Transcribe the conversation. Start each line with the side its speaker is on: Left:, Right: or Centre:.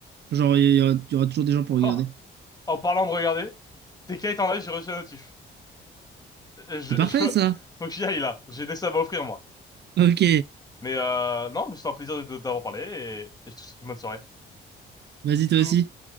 Right: Genre, il y aura, il y aura toujours des gens
Left: <laughs>
Right: pour regarder.
Left: Ah, en parlant de regarder, TK est en live, j'ai reçu un notif. Euh, Je,
Right: C'est parfait,
Left: je- <laughs>
Right: ça.
Left: faut que j'y aille là, j'ai des subs à offrir moi.
Right: Ok,
Left: Mais euh, non, mais c'était un plaisir de de t'avoir parlé et, et je te souhaite une bonne soirée.
Right: vas-y,
Left: Bisous.
Right: toi aussi.